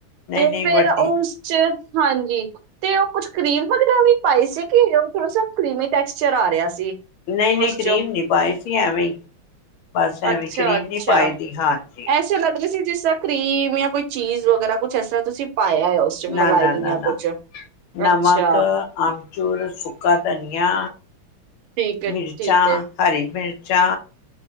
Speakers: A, on the left (about 75°); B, on the right (about 80°).
A: ਨਹੀਂ
B: ਤੇ
A: ਨਹੀਂ
B: ਫਿਰ
A: ਵੱਡੀ
B: ਉਸ ਚ ਹਾਂਜੀ ਤੇ ਉਹ ਕੁਛ ਕਰੀਮ ਵਗੈਰਾ ਵੀ ਪਾਈ ਸੀ ਕਿ ਉਹ ਥੋੜਾ ਸ ਕਰੀਮੀ ਟੈਕਸਚਰ ਆ ਰਿਹਾ ਸੀ।
A: ਨਹੀਂ-ਨਹੀਂ
B: ਉਸ
A: ਕਰੀਮ
B: ਚੋਂ
A: ਨੀ ਪਾਈ ਸੀ ਐਵੇਂ ਹੀ। ਬਸ ਐਵੇਂ
B: ਅੱਛਾ
A: ਕਰੀਮ
B: ਅੱਛਾ
A: ਨੀ ਪਾਈ ਦੀ ਹਾਂਜੀ।
B: ਐਸੇ ਲੱਗ ਰਹੀ ਜਿਸ ਤਰ੍ਹਾਂ ਕਰੀਮ ਜਾਂ ਕੋਈ ਚੀਜ਼ ਵਗੈਰਾ ਕੁੱਛ ਇਸ ਤਰ੍ਹਾਂ ਤੁਸੀਂ ਪਾਇਆ ਹੈ ਉਸ ਚ ਮਲਾਈ
A: ਨਾ ਨਾ ਨਾ
B: ਜਾਂ
A: ਨਾ
B: ਕੁਛ
A: ਨਮਕ
B: ਅੱਛਾ
A: ਆਮਚੂਰ ਸੁਕਾ ਧਨੀਆਂ
B: ਠੀਕ ਹੈ
A: ਮਿਰਚਾਂ
B: ਠੀਕ ਹੈ
A: ਹਰੀ ਮਿਰਚ ਚਾ